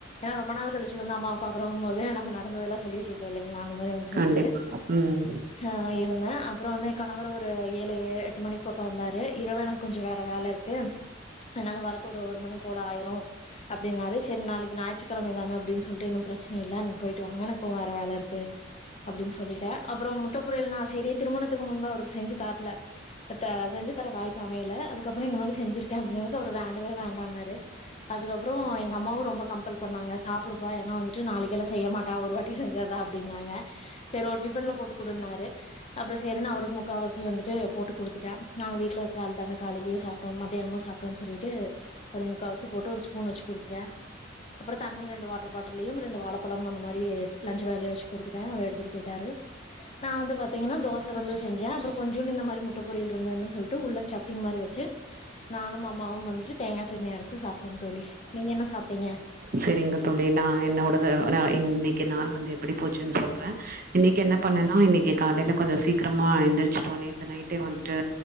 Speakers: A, on the left; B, on the right.
A: ரொம்ப நாள் கழிச்சி வந்து அம்மாவ பாக்குறோங்கு போதே நம்ம நடந்ததெல்லாம் சொல்லிட்டு இரும் போ இல்லங்களா அந்த மாரி வந்து சொல்லிட்டு
B: கண்டிப்பா. ம்.
A: ஹ இருந்தேன் அப்புறம் வந்து கணவர் ஒரு ஏழு எட்டு மணிக்கு பக்கம் வந்தாரு இரவு எனக்கு கொஞ்சம் வேற வேலை இருக்கு அதனால வரக்கு ஒரு ஒரு மணி போல ஆயிரும் அப்டினாரு சரி நாளைக்கு ஞாயிற்றுக்கிழமை தான அப்படின்னு சொ பிரச்சனை இல்ல நீங்க போயிட்டு வாங்க எனக்கும் வேற வேலை இருக்கு அப்படின்னு சொல்லிட்டே அப்புறம் முட்டப் பொரியல் நான் சரி திருமணத்துக்கு முன்பு அவருக்கு செஞ்சு தரல செஞ்சி தர வாய்ப்பு அமயல அதுக்கப்புறம் இந்த மாரி செஞ்சிருக்கே அப்படினதுக்கு அவர் வேண்டவே வேண்டான்னாரு அதுக்கப்றோ எங்க அம்மாவு ரொம்ப கம்பல் பண்ணாங்க சா <unintelligible> ஏனா வந்ட்டு நாளைக்கெலா செய்யமாட்டா ஒரு வாட்டி செஞ்சதுதா அப்டின்னாங்க சேரி ஒரு டிஃபன்ல போட்டு குடுனாரு அப்றோ சேரின் அவருக் முக்காவாசியு வந்துட்டு போட்டு குடுத்ட்டே நாங்க வீட்ல இருக்கற தான காலைலயு சாப்ட்டு மதியானமு சாப்டுவானு சொல்லிட்டு ஒரு முக்காவசி போட்டு ஒருஸ்பூன் வச்சு குடுத் ஏ அப்றோ தண்ணி ரெண்டு லியும் ரெண்டு வாழைப்பழம் அந்த மாரி லன்சு வேலைய வெச்சு குத்துட்டன் அவர் எடுத்துட் போயிட்டாரு நான் வந்து பாத்தீங்கன்னா தோச வந்து செஞ்சே அப்றோ கொஞ்சம்ன்னு இந்த மாதி முட்ட பொரியல் இருந்ததுன்னு சொல்லிட்டு டு உள்ள ஸ்டஃபிங் மாரி வச்சு நானும் அம்மாவும் வந்துட்டு தேங்கா சட்னி அரைச் சு சாப்டோம் தோழி நீங்க என்ன சாப்டீங்க
B: சரிங்க தோழி நான் என்னோடது நா இன்னைக்கு நாள் வந்து எப்படி போச்சுன்னு சொல்றேன் இன்னைக்கு என்ன
A: ம்
B: பண்ணனா இன்னைக்கு காலையில கொஞ்சம் சீக்கிரமா எந்திருச்சுட்டோம் நேத்து நைட்டே வந்துட்டு